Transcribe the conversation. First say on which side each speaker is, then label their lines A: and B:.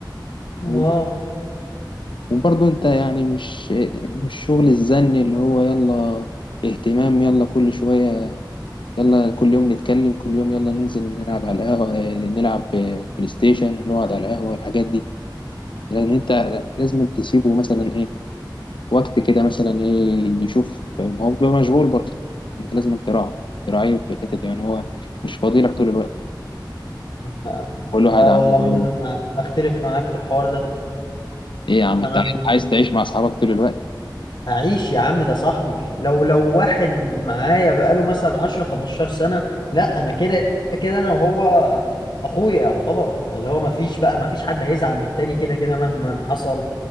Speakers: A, on the left; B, on the left.
A: و-
B: اه
A: وبرضه انت يعني مش مش شغل الزن اللي هو يلا اهتمام يلا كل شويه يلا كل يوم نتكلم كل يوم يلا ننزل نلعب على القهوه آه، نلعب آه، بلاي ستيشن ونقعد على القهوه الحاجات دي يعني انت لازم تسيبه مثلا ايه وقت كده مثلا ايه يشوف ما هو بيبقى مشغول برضه انت لازم تراعي تراعيه في الحته دي يعني هو مش فاضي لك طول الوقت
B: لا
A: كل واحد
B: لا
A: عنده
B: والله ما انا أنا اختلف معاك في الحوار ده
A: ايه يا عم
B: انا
A: انت عايز عايز تعيش مع اصحابك طول الوقت
B: هعيش يا عم ده صاحبي لو لو واحد معايا بقاله مثلا 10 15 سنة لا انا كده كده انا وهو اخويا يعتبر ما اللي هو ما فيش بقى ما فيش حد هيزعل من التاني كده كده مهما حصل